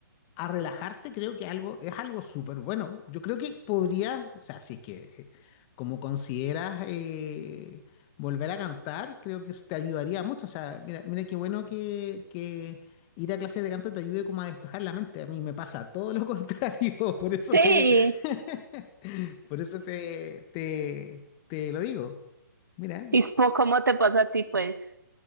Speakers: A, on the left; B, on the right.
A: a relajarte creo que algo, es algo súper bueno. Yo creo que podrías, o sea, si es que eh, como consideras eh, volver a cantar, creo que eso te ayudaría mucho. O sea, mira, mira qué bueno que, que ir a clases de canto te ayude como a despejar la mente. A mí me pasa todo lo <laughs> contrario, por eso
B: Sí,
A: te, <laughs> por eso te, te, te lo digo. Mira,
B: ¿y po- cómo te pasa a ti, pues?